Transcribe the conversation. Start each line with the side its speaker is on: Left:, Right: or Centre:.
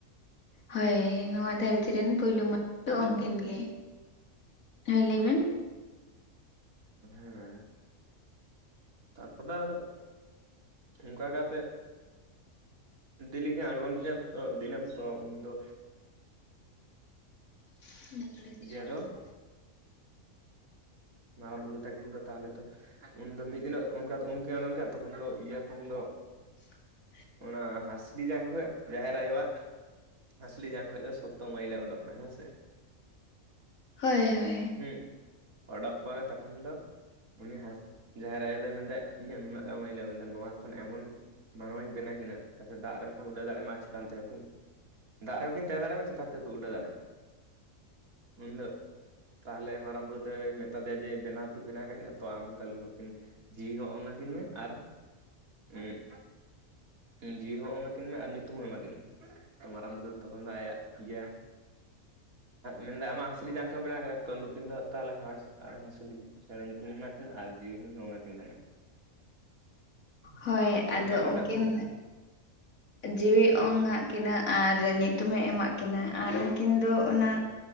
Left: ᱦᱳᱭ ᱱᱚᱣᱟ ᱫᱷᱟᱹᱨᱛᱤ ᱨᱮᱱ ᱯᱩᱭᱞᱩ ᱢᱟ <unintelligible> ᱫᱚ
Right: ᱟᱫᱚ
Left: ᱩᱝᱠᱤᱱ ᱜᱮ, ᱦᱮᱸ ᱞᱟᱹᱭ ᱵᱮᱱ?
Right: ᱦᱩᱸ᱾ ᱛᱟᱨᱯᱚᱨᱮ ᱟᱫᱚᱜ ᱚᱝᱠᱟ ᱠᱟᱛᱮᱜ ᱫᱤᱞᱤ ᱜᱮ ᱟᱬᱜᱚᱱ ᱠᱮᱭᱟ ᱛᱚ, ᱫᱤᱱᱟᱹᱢ ᱛᱚ ᱩᱱ ᱫᱚ
Left: <unintelligible>
Right: ᱤᱭᱟᱹ ᱫᱚ <unintelligible> ᱛᱟᱠᱤᱱ ᱫᱚ ᱛᱟᱦᱞᱮ ᱛᱚ ᱩᱱᱫᱚ ᱢᱤᱫ ᱫᱤᱱᱚᱜ ᱚᱱᱠᱟ ᱫᱚ ᱩᱱ ᱠᱤᱱ ᱟᱬᱜᱳᱚᱱ ᱠᱟᱱᱟ ᱛᱚᱠᱷᱚᱱ ᱫᱚ ᱤᱭᱟᱹ ᱠᱷᱚᱱ ᱫᱚ
Left: <unintelligible>
Right: ᱚᱱᱟ ᱦᱟᱸᱥᱞᱤ ᱡᱟᱝ ᱠᱷᱚᱡ ᱡᱟᱦᱮᱨ ᱟᱭᱳᱣᱟᱜ ᱦᱟᱹᱥᱞᱤ ᱡᱟᱝ ᱠᱷᱚᱡ ᱫᱚ ᱥᱚᱠᱛᱚ ᱢᱟᱹᱭᱞᱟᱹ ᱩᱰᱩᱜ ᱱᱟ ᱦᱮᱸ ᱥᱮ ᱾
Left: ᱦᱳᱭ ᱦᱳᱭ ᱾
Right: ᱦᱩᱸ ᱾ ᱚᱰᱚᱜ ᱠᱚᱭ ᱛᱚᱠᱷᱚᱱ ᱫᱚ ᱩᱱᱤ ᱦᱟᱸᱥ ᱡᱟᱦᱮᱨ ᱟᱭᱳ ᱫᱚᱭ ᱢᱮᱱᱫᱟ ᱤᱧᱟᱹᱜ ᱱᱩᱱᱟᱹᱜ ᱜᱟᱱ ᱢᱟᱹᱭᱞᱟᱹ ᱢᱮᱱᱫᱟᱭ ᱱᱚᱣᱟ ᱠᱷᱚᱱ ᱮᱢᱚᱱ ᱢᱟᱱᱣᱟᱧ ᱵᱮᱱᱟ ᱠᱤᱱᱟ ᱡᱟᱛᱮ ᱫᱟᱜ ᱨᱮᱦᱚᱸ ᱠᱤᱱ ᱩᱰᱟᱹᱣ ᱫᱟᱲᱮᱜ ᱢᱟ ᱪᱮᱛᱟᱱ ᱛᱮᱦᱚᱸ ᱫᱟᱜ ᱨᱮᱦᱚᱸ ᱠᱤᱱ ᱛᱟᱦᱮᱸ ᱫᱟᱲᱮᱜ ᱢᱟ ᱪᱮᱛᱟᱱ ᱛᱮᱦᱚᱸ ᱠᱚ ᱩᱰᱟᱹᱣ ᱫᱟᱲᱮᱜ-ᱟ ᱢᱟ ᱾ ᱩᱱ ᱫᱚ ᱛᱟᱦᱚᱞᱮ ᱢᱟᱨᱟᱝ ᱵᱩᱨᱩ ᱢᱮᱛᱟ ᱫᱮᱭᱟ ᱡᱮ ᱵᱮᱱᱟᱣ ᱛᱚᱧ ᱵᱮᱱᱟᱣ ᱟᱠᱟᱫ ᱠᱤᱱᱟ ᱛᱚ ᱟᱢ ᱛᱟᱦᱚᱞᱮ ᱱᱩᱠᱤᱱ ᱡᱤᱣᱤ ᱦᱚ ᱚᱝ ᱟᱹᱠᱤᱱ ᱢᱮ, ᱟᱨ ᱩᱜ ᱡᱤᱣᱤ ᱦᱚᱸ ᱚᱜ ᱟᱠᱤᱱ ᱢᱮ ᱟᱨ ᱧᱩᱛᱩᱢ ᱦᱚᱸ ᱮᱢᱟ ᱠᱤᱱ ᱢᱮ ᱾ ᱛᱚ ᱢᱟᱨᱟᱝ ᱵᱩᱨᱩ ᱫᱚ ᱛᱚᱠᱷᱚᱱ ᱫᱚ ᱟᱭᱟᱜ ᱯᱮᱭᱟ ᱢᱮᱱ ᱫᱟ ᱟᱢᱟᱜ ᱦᱟᱸᱥᱞᱤ ᱡᱟᱝ ᱠᱷᱚᱱ ᱵᱮᱱᱟᱣ ᱠᱟᱱᱟ ᱛᱚ ᱱᱩᱠᱤᱱ ᱫᱚ ᱛᱟᱦᱚᱞᱮ ᱦᱟᱸᱥ ᱟᱨ ᱦᱟᱸᱥᱞᱤ ᱪᱮᱬᱮ ᱧᱩᱛᱩᱢ ᱤᱧ ᱮᱢᱟ ᱠᱤᱱᱟ ᱢᱮᱱᱟᱜ ᱠᱤᱱᱟ ᱟᱨ ᱡᱤᱣᱤ ᱦᱚᱸᱧ ᱚᱝ ᱟᱹᱠᱤᱱ ᱠᱟᱱᱟ ᱾
Left: ᱦᱳᱭ
Right: ᱚᱱᱠᱟ
Left: ᱟᱫᱚ
Right: ᱠᱟᱛᱮᱜ
Left: ᱩᱱᱠᱤᱱ ᱡᱤᱣᱤ ᱚᱝ ᱟᱜ ᱠᱤᱱᱟᱹ ᱟᱨ ᱧᱩᱛᱩᱢᱮ ᱮᱢᱟᱜ ᱠᱤᱱᱟᱹ ᱟᱨ ᱩᱱ ᱩᱱᱠᱤᱱ ᱫᱚ ᱚᱱᱟ